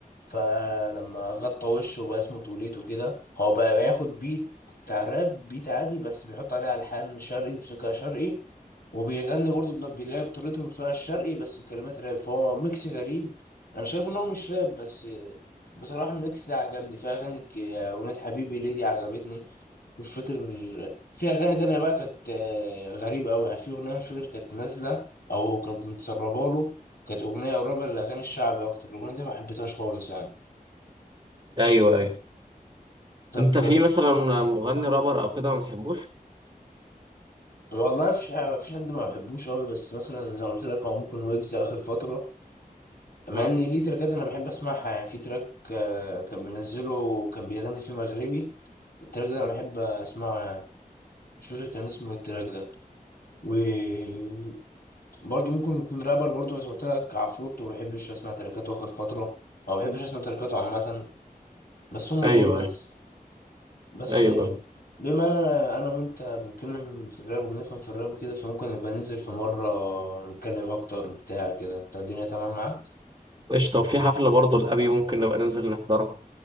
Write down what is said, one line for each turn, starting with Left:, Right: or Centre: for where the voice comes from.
Left: فلما غطى وشه بقى اسمه توليتو كده هو بقى بياخد بيت بتاع راب بيت عادي بس بيحط عليه ألحان شرقي موسيقى شرقي وبيغني برضه بن- بيلاقي بطريقة الموسيقى الشرقي بس بكلمات راب فهو ميكس غريب أنا شايف إن هو مش راب بس بصراحة الميكس ده عجبني فيها أغاني ك- أغنية حبيبي ليدي عجبتني مش فاكر في أغاني تانية بقى كانت آه، غريبة أوي يعني في أغنية مش فاكر كانت نازلة أو كانت متسربة له كانت أغنية قريبة للأغاني الشعبي أكتر الأغنية دي ما حبيتهاش خالص يعني
Right: أيوه أيوه
Left: طب
Right: أنت في مثلا مغني رابر أو كده ما بتحبوش
Left: والله مفيش مفيش حد ما بحبوش أوي بس مثلا زي ما قلت لك هو ممكن ويجز آخر فترة مع
Right: امم
Left: إن ليه تراكات أنا بحب أسمعها يعني في تراك آه، كان منزله وكان بيغني فيه مغربي التراك ده أنا بحب أسمعه يعني مش فاكر كان اسمه إيه التراك ده وبرضه ممكن يكون رابر برضه زي ما قلت لك عفروتو ما بحبش أسمع تراكاته آخر فترة أو ما بحبش أسمع تراكاته عامة بس هم
Right: أيوه
Left: دول
Right: أيوه
Left: بس بس
Right: أيوه أيوه
Left: بما ان انا انا وانت بنتكلم في الراب وبنفهم في الراب وكده فممكن نبقى ننزل في مرة نتكلم اكتر بتاع كده انت الدنيا تمام معاك؟
Right: قشطة وفي حفلة برضه لأبي ممكن نبقى ننزل نحضرها